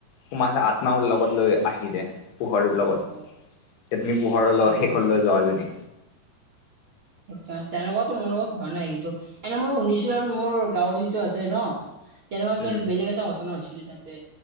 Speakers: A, on the left (about 80°); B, on the right (about 55°).
A: তোমাৰ আত্মাও লগত লৈ আহি যায় পোহৰৰ লগত
B: অ
A: এতিয়া তুমি পোহৰলৈ
B: সেইকাৰণে
A: শেষলৈ যোৱা জনী
B: তে তেনেকোৱাতো মোৰ লগত হোৱা নাই কিন্তু এনে মই শুনিছো আৰু মোৰ গাঁৱৰ যিটো আছে ন, তেনেকোৱাকে
A: উম
B: বেলেগ এটা ঘটনা হৈছিলে তাত। যে